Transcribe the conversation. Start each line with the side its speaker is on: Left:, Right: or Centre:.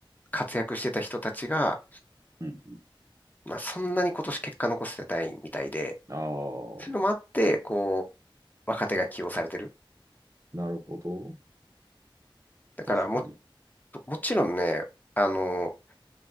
Left: 活躍してた人たちが、
Right: うん。
Left: まあ、そんなに今年結果残せてないみたいで、
Right: ああ、
Left: そういうのもあって、こう、若手が起用されてる。
Right: なるほど。
Left: だからもっ
Right: 確かに。
Left: と、もちろんね、あの、